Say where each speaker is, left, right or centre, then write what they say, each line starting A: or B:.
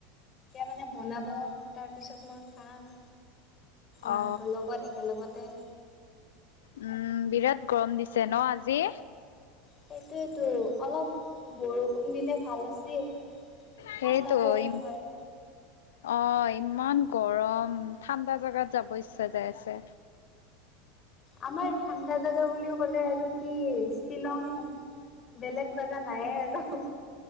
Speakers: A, on the left; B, on the left.
A: মানে বনাব। তাৰপিছত মই খাম মাহঁতৰ
B: অ
A: লগত একেলগতে।
B: উম বিৰাট গৰম দিছে ন আজি।
A: সেইটোৱে টো অলপ। বৰষুণ দিলে ভাল আছিল ঠাণ্ডা
B: সেইটো
A: পৰিল
B: ইম
A: হয়।
B: অ ইমান গৰম ঠাণ্ডা জেগাত যাব ইচ্ছা যাই আছে।
A: আমাৰ ঠাণ্ডা জেগা বুলিও ক'লে আৰু। কি শ্বিলঙ বেলেগ জেগা নায়ে আৰু ওহো।